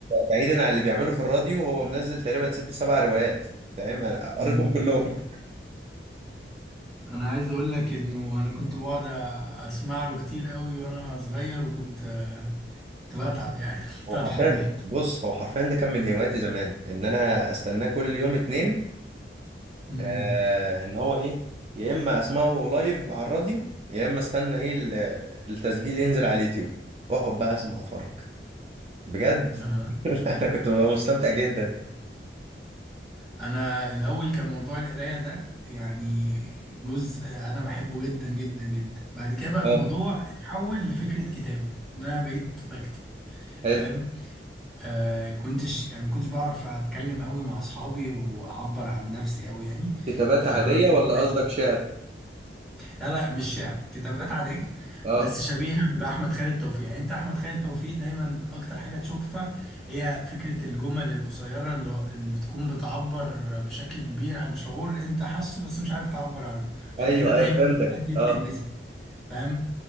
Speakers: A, on the right (about 35°); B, in the centre.
A: بعيدا عن اللي بيعمله في الراديو هو منزل تقريبا ست سبع روايات فاهم انا
B: مم.
A: قريتهم كلهم
B: انا عايز اقول لك انه انا كنت بقعد أ- اسمع له كتير قوي وانا صغير وكنت كنت بتعب يعني
A: <laughs>
B: <laughs> كنت
A: هو
B: بتعب
A: حرفيا
B: جدا
A: بص هو حرفيا ده كان من هواياتي زمان ان انا استناه كل يوم اتنين
B: امم
A: آه ان هو ايه يا اما اسمعه لايف على الراديو يا اما استنى ايه ال- التسجيل ينزل على اليوتيوب واقعد بقى اسمع اتفرج بجد
B: آه.
A: <laughs> انا كنت ببقى مستمتع جدا
B: انا الاول كان موضوع القرايه ده يعني جزء انا بحبه جدا جدا جدا بعد كده بقى الموضوع
A: اه
B: اتحول لفكره كتابه ان انا بقيت بكتب
A: حلو
B: فاهم آه كنتش يعني ما كنتش بعرف اتكلم قوي مع اصحابي واعبر عن نفسي قوي يعني
A: كتابات
B: فقررت
A: عادية ولا
B: ان انا
A: قصدك
B: ايه
A: شعر
B: لا لا مش شعر كتابات عادية
A: اه
B: بس شبيهة بأحمد خالد توفيق يعني أنت أحمد خالد توفيق دايما أكتر حاجة تشوفها هي فكرة الجمل القصيرة اللي, هو- اللي بتكون بتعبر بشكل كبير عن شعور أنت حاسه بس مش عارف تعبر عنه عشان
A: ايوه
B: كده دايما
A: ايوه فهمتك
B: الحاجات دي بتلمسك
A: اه
B: فاهم